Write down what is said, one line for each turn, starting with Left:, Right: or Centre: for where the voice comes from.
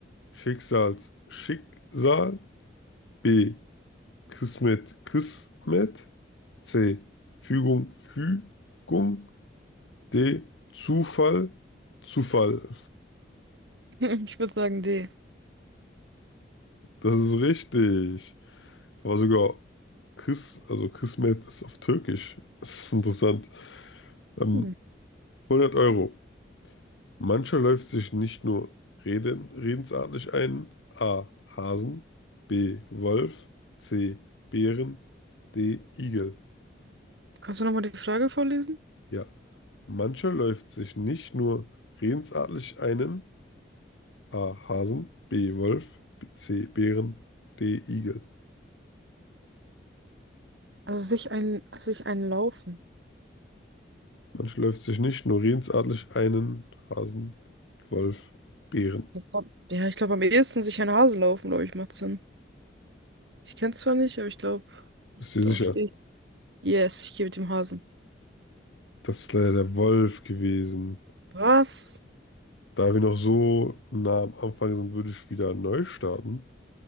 Left: Schicksals Schicksal, B. Kismet Kismet, C. Fügung, Fügung. D. Zufall, Zufall.
Right: <laughs> Ich würde sagen, D.
Left: Das ist richtig. Da war sogar Kis, also Kismet ist auf Türkisch. Das ist interessant. Ähm,
Right: Hm.
Left: 100 Euro. Mancher läuft sich nicht nur reden, redensartlich ein. A. Hasen. B. Wolf. C. Bären. D. Igel.
Right: Kannst du nochmal die Frage vorlesen?
Left: Ja. Mancher läuft sich nicht nur redensartlich einen. A. Hasen, B. Wolf, B- C. Bären, D. Igel.
Right: Also sich ein, sich ein Laufen.
Left: Man schläft sich nicht nur redensartlich einen Hasen, Wolf, Bären.
Right: Ich glaub, ja, ich glaube am ehesten sich ein Hase laufen, glaube ich, macht Sinn. Ich kenne zwar nicht, aber ich glaube,
Left: Bist du dir
Right: doch,
Left: sicher?
Right: ich gehe. Yes, ich gehe mit dem Hasen.
Left: Das ist leider der Wolf gewesen.
Right: Was?
Left: Da wir noch so nah am Anfang sind, würde ich wieder neu starten,